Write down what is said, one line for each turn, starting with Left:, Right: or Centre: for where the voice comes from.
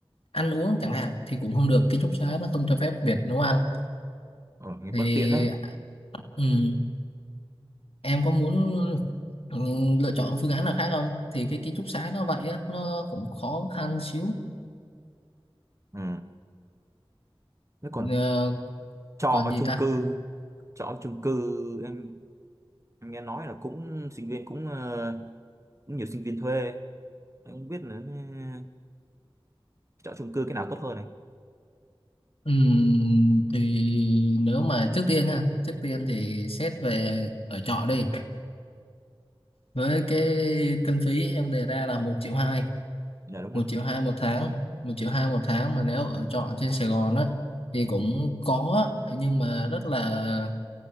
Left: ăn uống chẳng hạn thì cũng không được ký túc xá nó không cho phép việc nấu ăn
Right: ồ nghe bất
Left: thì
Right: tiện đấy
Left: ừm, em có muốn ừm, lựa chọn phương án nào khác không thì cái ký túc xá nó vậy á nó cũng khó khăn xíu
Right: ừ thế còn
Left: Ờ,
Right: trọ
Left: còn
Right: ở
Left: gì
Right: chung
Left: ta
Right: cư trọ ở chung cư em, em nghe nói là cũng sinh viên cũng ờ, cũng nhiều sinh viên thuê anh không biết là nên chọn chung cư cái nào tốt hơn này
Left: Ừm, thì nếu mà trước tiên nha, trước tiên thì xét về ở trọ đi. Với cái kinh phí em đề ra là một triệu hai,
Right: dạ đúng
Left: một
Right: không?
Left: triệu hai một tháng, một triệu hai một tháng mà nếu ở trọ trên Sài Gòn á thì cũng có á, nhưng mà rất là